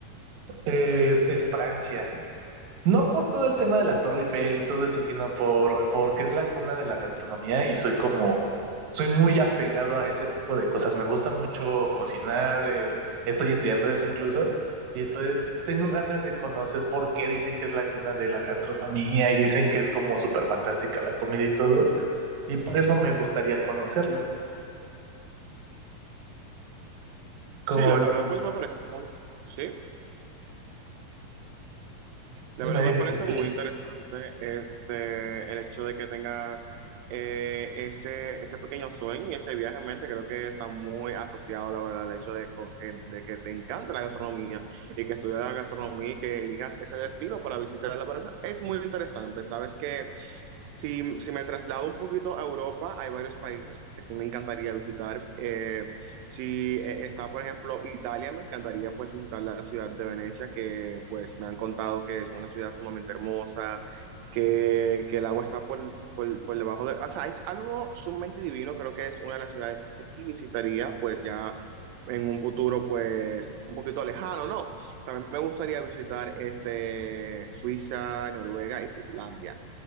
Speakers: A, on the right (about 65°); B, on the right (about 85°).
A: es, es Francia. No por todo el tema de la Torre Eiffel y todo eso, sino por porque es la cuna de la gastronomía y soy como, soy muy apegado a ese tipo de cosas. Me gusta mucho cocinar, eh, estoy estudiando eso incluso, y entonces tengo ganas de conocer por qué dicen que es la cuna de la gastronomía y dicen que es como súper fantástica la comida y todo, y por eso me gustaría conocerla.
B: Sí,
A: Como,
B: la
A: ves,
B: verdad, pues me parece muy, sí. La
A: dime,
B: verdad
A: dime,
B: me parece
A: te escucho.
B: muy interesante este, el hecho de que tengas eh, ese, ese pequeño sueño y ese viaje en mente. Creo que está muy asociado, la verdad, el hecho de, co- que, de que te encanta la gastronomía y que estudias la gastronomía y que elijas ese destino para visitar la pareja. Es muy interesante. Sabes que si, si me traslado un poquito a Europa, hay varios países que sí me encantaría visitar. Eh, si eh, está, por ejemplo, Italia, me encantaría pues visitar la ciudad de Venecia, que pues me han contado que es una ciudad sumamente hermosa, que, que el agua está por, por, por debajo de... O sea, es algo sumamente divino, creo que es una de las ciudades que sí visitaría, pues ya en un futuro pues un poquito lejano, ¿no? También me gustaría visitar este, Suiza, Noruega y Finlandia.